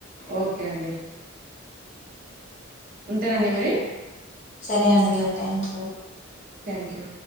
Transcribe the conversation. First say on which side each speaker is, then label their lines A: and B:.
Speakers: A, on the right; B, on the left.
A: ఓకే అండి ఉంటానండి
B: ఓకే
A: మరి
B: సరే అండి థ్యాంక్ యూ
A: థ్యాంక్ యూ